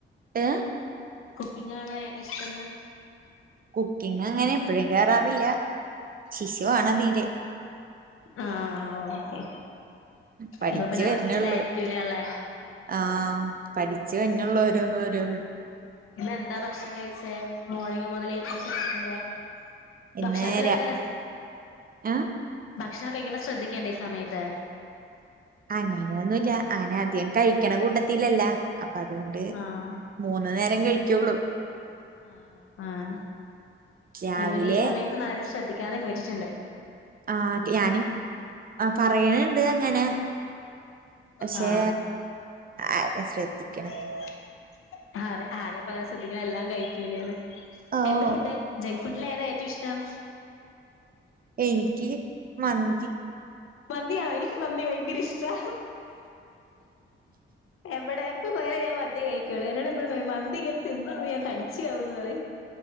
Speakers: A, on the right; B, on the left.
A: ഏ
B: കുക്കിങ്ങാണോ ഇഷ്ട്ടന്ന്
A: കുക്കിങ് അങ്ങനെ എപ്പഴും കേറാറില്ല ശിശുവാണതില്
B: ആഹ് ഓക്കെ
A: പഠിച്ചു
B: ഇപ്പൊ പിന്നെ
A: വരുന്നേള്ളു
B: റെസ്റ്റിലായിരിക്കൂലേ ഉള്ളേ
A: ആ പഠിച്ചു വന്നോളു ഓരോന്നോരോന്ന്
B: ഇന്നെന്താ ഭക്ഷണം കഴിച്ചേ മോർണിംഗ് മുതല് ഈ സമയം വരെ
A: ഇന്നേര
B: ഭക്ഷണത്തിലൊക്കെ റെസ്
A: ആ
B: ഭക്ഷണം കഴിക്കുമ്പോ ശ്രദ്ധിക്കേണ്ടേ ഈ സമയത്ത്
A: അങ്ങനൊന്നുല്ല അങ്ങന അധികം കഴിക്കണ കൂട്ടത്തിലല്ലാ അപ്പൊ അതുകൊണ്ട്
B: ആഹ്
A: മൂന്ന് നേരം കഴിക്കോള്ളൂ
B: ആണോ ആഹ
A: രാവിലെ
B: ഞങ്ങൾ ഈ സമയതോനന്നും ശ്രദ്ധിക്കറില്ല ഇതൊക്കെയാണ് ചോദിച്ചിട്ടുള്ള
A: ആ ഞാനും ആ പറയണയിണ്ട് അങ്ങനെ പക്ഷെ
B: ആ
A: ആര് ശ്രദ്ധിക്കണ്
B: അതെ ആര് ആരയിപ്പോ അങ്ങനെ ശ്രദ്ധിക്കണം എല്ലാം കഴിക്കൂലേന്ന്
A: ഓഹ്
B: എന്ത്‌ ഫുഡാ ജങ്ക് ഫുഡ്‌ ഫുഡിൽ ഏതാ ഏറ്റവും ഇഷ്ടം
A: എനിക്ക് മന്തി
B: മന്തിയാണോ എനിക്കും മന്തി ഭയങ്കര ഇഷ്ട്ടാ എവടെ എപ്പോ പോയാലും ഞാൻ മന്തിയേ കഴിക്കുള്ളൂ എന്നോട് എപ്പഴു പറയും മന്തി ഇങ്ങനെ തിന്ന് ഞാൻ തടിച്ചിയാവുന്ന് പറയും